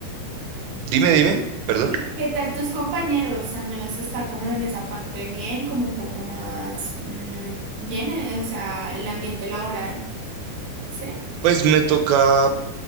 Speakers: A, on the right (about 85°); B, on the right (about 45°).
A: Dime, dime, perdón.
B: <laughs> ¿Qué qué tal tus compañeros? Al menos está como en esa parte bien, como un poco más mm, bien, eh, o sea, el ambiente laboral. Sí,
A: Pues me toca,